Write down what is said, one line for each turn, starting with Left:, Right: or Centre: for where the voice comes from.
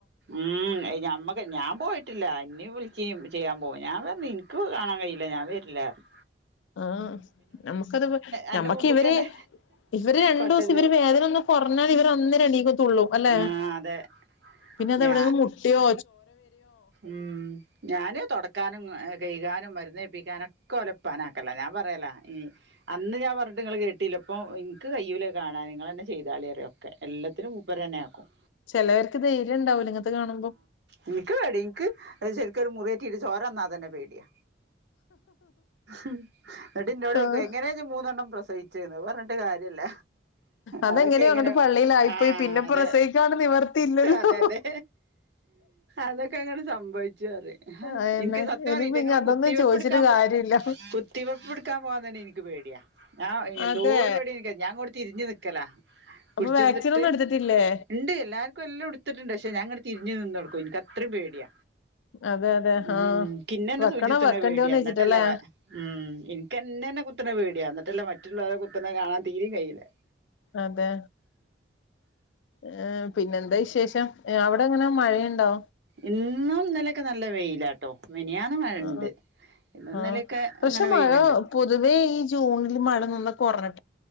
Right: ഉം ഞമ്മക്ക് ഞാൻ പോയിട്ടില്ല ഇന്നിം വിളി ച്ചീനി ചെയ്യാൻ പോകാൻ ഞാൻ പറഞ്എനിക്ക് കാണാൻ കഴൂല്ല ഞാൻ വര്ല്ലാർഞ്
Left: ആ നമ്മുക്കത്
Right: അന്റെ
Left: നമ്മക്ക്
Right: മുമ്പ്ക്കെന്നെ
Left: ഇവര് ഇവര് രണ്ടു
Right: കൊണ്ടരാ
Left: ദിവസം ഇവര് വേദന ഒന്ന് കുറഞ്ഞാൽ ഇവര് ഒന്നേരണീകത്തുള്ളൂ അല്ലെ
Right: ആഹ് അതെ
Left: പിന്നെ അത
Right: ഞാ
Left: എവേ അങ് മോട്ടിയോ
Right: ഉം ഞാന് തുടക്കാനും ഏഹ് കഴകാനും നെപ്പിക്കാനൊകൊലൂ കൂപ്പനാക്കല്ല ഞാൻ പറയല ഈ അന്ന് ഞാൻ പറഞ്ഞിട്ട് നിങ്ങൾ കേട്ടില്ല ഇപ്പം എനിക്ക് കയ്യൂല്ല കാണാൻ നിങ്ങൾന്നെ ചെയ്താള്ളി രിയൊക്കെ എല്ലത്തിനും മൂപ്പർ തന്നെ ആക്കും
Left: ചിലവർക്ക് ധൈര്യം ഉണ്ടാവൂല ഇങ്ങത്തെ കാണുമ്പോ
Right: എനിക്ക് പേടി എനിക്ക് ശരിക്കൊരു മുറിയറ്റീട്ട ചോര വന്നാ തന്നെ പേടിയാ എന്നിട്ട്ന്നോട് ചോയ്ക്കുവാ
Left: ആഹ്
Right: എങ്ങനെയാ മൂന്നെണ്ണം പ്രസവിച്ചു ചെയുന്ന് പറഞ്ഞിട്ട് കാര്യല്ല
Left: അതെങ്ങനെയ
Right: അതൊക്കെ ഇങ്ങനെ
Left: അങ്ങോട്ട് പള്ളിയിലായിപ്പോയി
Right: ആഹ്
Left: പിന്നെ
Right: അതെ
Left: പ്രസയിക്കാണ് നിവർത്തിയില്ലല്ലോ
Right: അതെതെ അതൊക്കെ അങ്ങനെ സംഭവിച്ചുറി
Left: അയന്നെ
Right: എനിക്ക് സത്യം
Left: ഇനിയിപ്പ
Right: പാറി ഈറ്റിങ്ങളെ
Left: ഇങ്ങ അതൊന്നും
Right: കുത്തിവെപ്പ്
Left: ചോദിച്ചിട്ട്
Right: എടുക്കാൻ പോ
Left: കാര്യല്ല
Right: കുത്തിവെപ്പ് എടുക്കാൻ പോവാൻ തന്നെ എനിക്ക് പേടിയാ ഞാ എന്തോ
Left: അതെ
Right: ഒരു പടിരിക്ക ഞാൻ കൊടു തിരിഞ്ഞു നിൽക്കല പിടിച്ച
Left: അപ്പൊ വാക്സിൻ
Right: കൊടുത്തിട്ട്
Left: ഒന്നും എടുത്തിട്ടില്ലേ
Right: ഇണ്ട് എല്ലാർക്കും എല്ലാം ഇടുത്തിട്ടുണ്ട് പക്ഷെ ഞങ്ങ തിരിഞ് നിനോടകൊ ഓ ഇതിരി പേടിയ
Left: അതെ അതെ
Right: ഹ്ഹ്മ്
Left: ആഹ്
Right: കിനെനെ
Left: വെക്കണോ
Right: സൂചിതന്ന
Left: വെക്കണ്ടയോന്ന്
Right: പേടിയ എന്നിട്ടല്ലേ
Left: വെച്ചിട്ടല്ലേ
Right: ഹ്ഹ്മ് എനക്ക്ന്നന്നെ കുത്തതന്ന പേടിയ എന്നിട്ടല്ല ബാക്കി മറ്റുള്ളവരെ കുത്തന കാണാൻ തീര കയില്ല
Left: അതെ ഏ പിന്നെ എന്താ വിശേഷം അവിടെ അങ്ങനെ മഴയുണ്ടോ
Right: ഇന്നും ഇനലൊക്കെ നല്ല വെയിലാട്ടോ മിനിയാന്ന് മഴണ്ട്
Left: ആ
Right: ഇന്നും ഇന്നലെയൊക്കെ
Left: ആ പക്ഷെ
Right: ഇങ്ങനെ
Left: മഴ
Right: വെയിലുണ്ട്
Left: പൊതുവേ ഈ ജൂണിൽ മഴ നി കുറഞ്